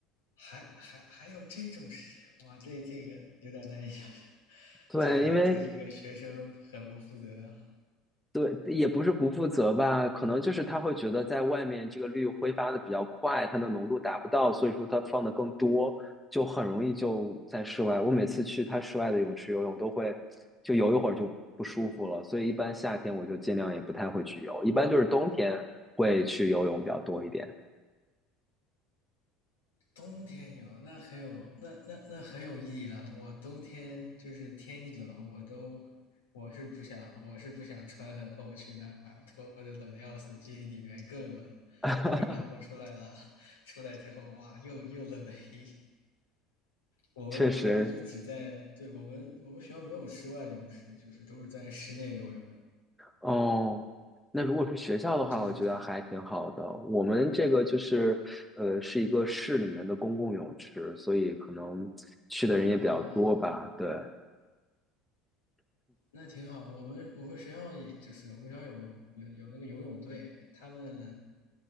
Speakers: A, on the left; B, in the centre.
A: 还还还有这种事情，哇，这这个有点难以想象，
B: 对，
A: 这感觉对这个学生很不负责啊。
B: 因为对，也不是不负责吧，可能就是他会觉得在外面这个氯挥发的比较快，它的浓度达不到，所以说它放的更多，就很容易就在室外。我每次去他室外的泳池游泳都会，就游一会儿就不舒服了，所以一般夏天我就尽量也不太会去游，一般就是冬天会去游泳比较多一点。
A: 冬天有，那很有，那那那很有意义了。我冬天就是天一冷，我都我是不想，我是不想穿很厚去那儿，脱的冷的要死，进里面更冷。
B: <laughs>
A: 好不容易暖和出来了，出来之后哇，又又冷了一。我们我们就只在，
B: 确实，
A: 对我们我们学校没有室外游泳池，就是都是在室内游泳，
B: 哦，那如果是学校的话，
A: 就是它。
B: 我觉得还挺好的。我们这个就是，呃，是一个市里面的公共泳池，所以可能去的人也比较多吧。
A: 哦，
B: 对，
A: 那挺好。我们我们学校也就是我们学校有有有那个游泳队，他们